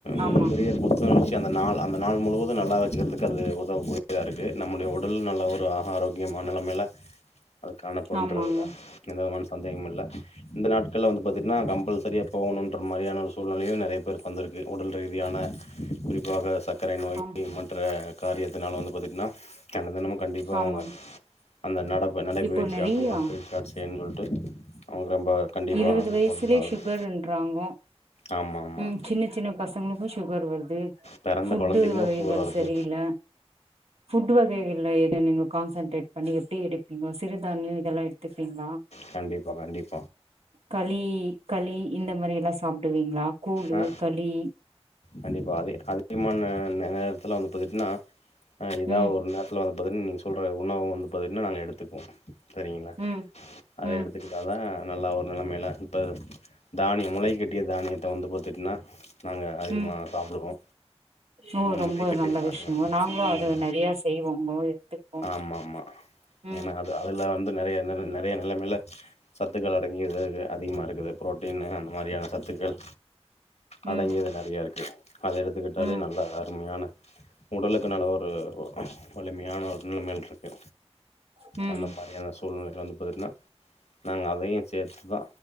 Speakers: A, on the right (about 70°); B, on the left (about 85°).
A: ஆமா
B: மாதிரியே புத்துணர்ச்சி அந்த நாள் அந்த நாள் முழுவதும் நல்லா வச்சக்கிறதுக்கு அது ஒ க்க கூடியதா இருக்கு நம்முடைய உடல் நல்ல ஒரு ஆக ஆரோக்கியமான நிலைமையில அது காணப்பன்றதுதா
A: ஆமாங்க
B: எந்த விதமான சந்தேகம் இல்ல இந்த நாட்கள்ல வந்து பார்த்தீங்கன்னா கம்பல்சரியா போகணும்ன்ற மாதிரியான ஒரு சூழ்நிலையும் நெறைய பேருக்கு வந்திருக்கு உடல் ரீதியான குறிப்பாக சக் கர நோய்க்கு
A: ஆம்
B: மற்ற காரியத் நால வந்து பாத்தி னா தென தெனமு கண்டிப்பா
A: ஆமாங்க
B: அவங்க அந்த நட நடைப்பயிற்சியாக
A: இப்போ நெறையா
B: உடற்பயிற்சியாக செய்யணும் <unintelligible>
A: இருபது
B: இது
A: வயசுலயே
B: பண்ணி ஆகணும்
A: சுகர்ன்றாங்கோ
B: ஆமா ஆமா
A: ம் சின்ன சின்ன பசங்களுக்கும் சுகர் வருது
B: பெறந்த
A: ஃபுட்டு
B: கொழந்தைக்குமு
A: வகைகள்
B: சோறு வருது
A: சரியில்ல ஃபுட் வகைகள்ள எது நீங்க கான்சன்ட்ரேட் பண்ணி எப்டி எடுப்பீங்க சிறுதானியோ இதெல்லா எடுத்துப்பீங்ளா
B: கண்டிப்பா கண்டிப்
A: களி களி இந்த மாரி எலாஸ் சாப்டுவீங்ளா கூழு
B: ஆ
A: களி
B: கண்டிப்பா அதே அதிகமான நேரத்துல வந்து பாத்துடிங்னா ஆ இதா
A: ம்
B: ஒரு நேரத்துல பதன் நீங்க சொல்ற உணவு வந்து நாங்க எடுத்துகுவோ சரிங்ளா
A: ம்
B: அத
A: ம்
B: எடுத்துக்கிட்டா தா நல்லா ஒரு நெலமைல இப்ப தானியம் முளை கட்டிய தானியத் த வந்து பாத்திடினா நாங்க அதிகமாக
A: ம்
B: சாப்டுவோ
A: ஓ
B: இந்த
A: ரொம்ப
B: முளைக்கட்டிய
A: நல்ல
B: தானிய
A: விஷயங்க நாங்களு அது
B: ஆமா
A: நெறைய செய்வோங்கோ எடுத்துப்போ
B: ஆமாமா
A: ம்
B: ஏனா அது அதுல வந்து நெறையா நெறைய நெலமைல சத்துக்கள் அடங்கிதாக அதிகமா இருக்குது புரோட்டீனு அந்த மாரியான சத்துக்கள்
A: ம்
B: அடங்கியது நெறையா இருக்கு அத எடுத்துக்கிட்டாலே
A: ம்
B: நல்லா அருமையான உடலுக்கு நல்ல ஒரு வலிமையான ஒரு நிலமைல் இருக்கு
A: ம்
B: அந்த மாரியான சூழ்நிலைகள் வந்து பாத்துடிங்னா நாங்க அதையு சேத்துதா